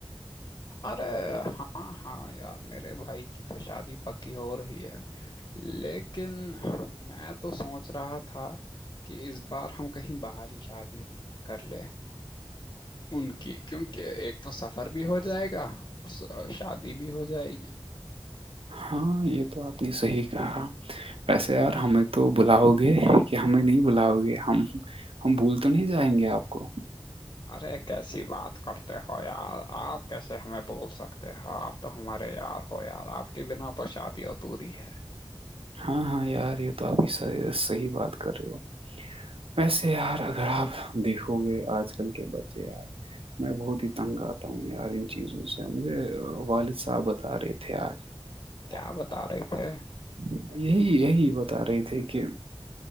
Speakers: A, on the left; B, on the right.
A: ارے ہاں ہاں یار میرے بھائی کی تو شادی پکی ہو رہی ہے لیکن میں تو سوچ رہا تھا کہ اس بار ہم کہیں باہر ہی شادی کر لے
B: <inaudible>
A: ان کی کیونکہ ایک تو سفر بھی ہو
B: <inaudible>
A: جائے گا اور س- شادی بھی ہو جائے گی
B: ہاں یہ تو آپ نے صحیح کہا ویسے یار ہمیں تو بلاؤ گے کہ ہمیں نہیں بلاؤ گے ہم ہم بھول تو نہیں جائیں گے آپ کو
A: ارے کیسی بات کرتے ہو یار آپ کیسے ہمیں بول سکتے ہو آپ تو ہمارے یار ہو یار آپ کے بنا تو شادی اورتوری ہے
B: ہاں ہاں یار ہو تو آپ صحی بات کر رہے ہو ویسے یار اگر آپ دیکھو گے آج کل کے بچے یار میں بہت ہی تنگ تا ہوں یار ان چیزوں سے مجھے والد صاحب بتا رہے تھے ا
A: کیا
B: آولامیکم
A: بتا رہے تھے
B: یہی یہی بتا رہے تھے کہ